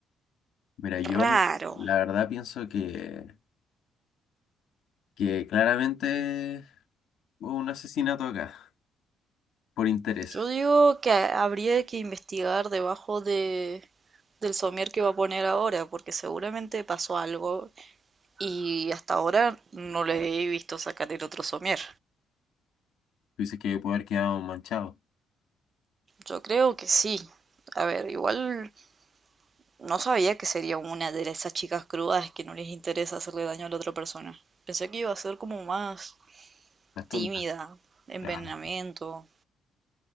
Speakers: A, on the left; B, on the right.
A: Mira, yo
B: Raro.
A: la verdad pienso que, que claramente hubo un asesinato acá por intereses.
B: Yo digo que ha- habría que investigar debajo de, del somier que va a poner ahora, porque seguramente pasó algo y hasta ahora no le he visto sacar el otro somier.
A: Tú dices que puede haber quedado manchado.
B: Yo creo que sí. A ver, igual no sabía que sería una de esas chicas crudas que no les interesa hacerle daño a la otra persona. Pensé que iba a ser como más
A: Las tontas.
B: tímida, envenenamiento.
A: Claro,